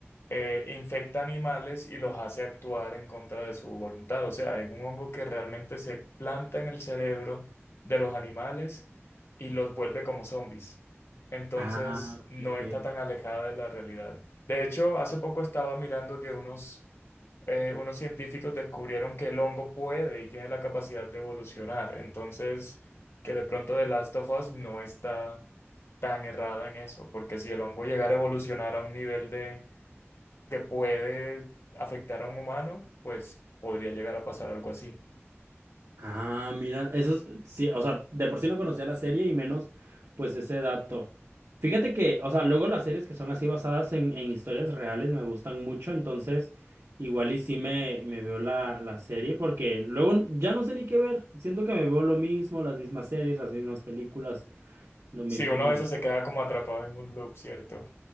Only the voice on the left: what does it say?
eh, infecta animales y los hace actuar en contra de su voluntad. O sea, es un hongo que realmente se planta en el cerebro de los animales y los vuelve como zombies. Entonces,
no
está tan alejada de la realidad. De hecho, hace poco estaba mirando que unos eh, unos científicos descubrieron que el hongo puede y tiene la capacidad de evolucionar. Entonces, que de pronto The Last of Us no está tan errada en eso, porque si el hongo llegara a evolucionar a un nivel de que puede afectar a un humano, pues podría llegar a pasar algo así.
Sí, uno
a veces se queda como atrapado en un loop, ¿cierto?